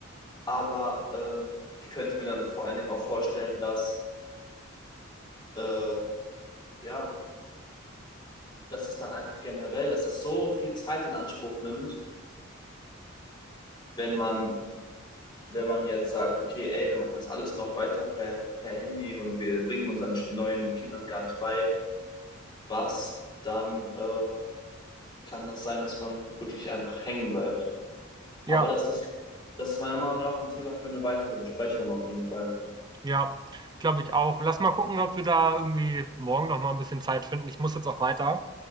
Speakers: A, on the left; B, on the right.
A: Aber ähm, ich könnte es mir dann vor allen Dingen auch vorstellen, dass äh, ja, dass es dann einfach generell, dass es so viel Zeit in Anspruch nimmt, wenn man, wenn man jetzt sagt, okay, ey, wir machen das alles noch weiter per, per Handy und wir bringen unseren neuen Kindern gar nicht bei, was, dann äh, kann das sein, dass man wirklich einfach hängen bleibt. Aber
B: Ja.
A: das ist, das ist meiner Meinung nach ein Thema für eine weitere Besprechung auf jeden Fall.
B: Ja, glaube ich auch. Lass mal gucken, ob wir da irgendwie morgen noch mal ein bisschen Zeit finden. Ich muss jetzt auch weiter.